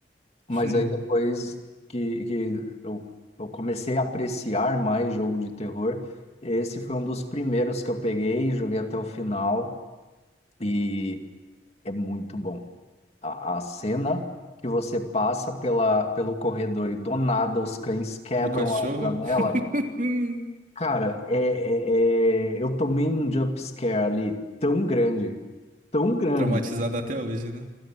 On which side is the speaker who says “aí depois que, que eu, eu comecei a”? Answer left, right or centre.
Left